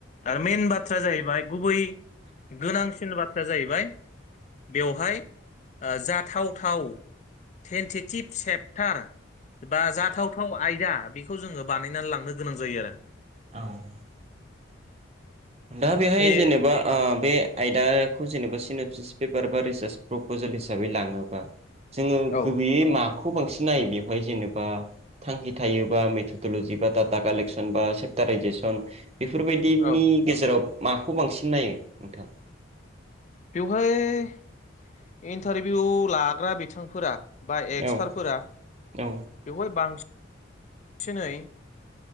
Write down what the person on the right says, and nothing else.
औ दा बेहाय
जेनेबा ओ बे आयदाखौ जेनेबा सिनेपसिस पेपार बा रिसार्च प्रपजेल हिसाबै लाङोबा जोङो
गुबैयै मा खौ बांसिन नायो बेवहाय जेनेबा थांखि थायोबा मेथडल'जि बा डाटा कालेकसन बा सेपटारायजेसन बेफोरबायदिनि
गेजेराव माखौ बांसिन नायो नोंथां
औ औ